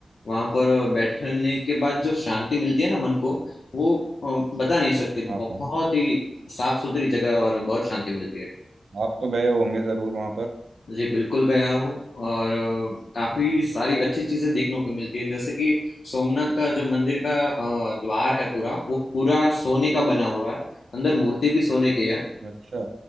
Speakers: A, on the left (about 80°); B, on the right (about 80°).
A: वहाँ पर बैठने के बाद जो शांति मिलती है ना मन को वो अ, बता नहीं सकते
B: हाँ
A: बहुत
B: हाँ
A: ही साफ सुथरी जगह और बहुत शांति मिलती है
B: आप तो गए होंगे जरूर वहाँ पर
A: जी बिल्कुल गया हूँ और अ, काफी सारी अच्छी चीजें देखने को मिलती है जैसे कि सोमनाथ का जो मंदिर का अ, द्वार है पूरा वो पूरा सोने का बना हुआ है अंदर मूर्ति भी सोने की है
B: अच्छा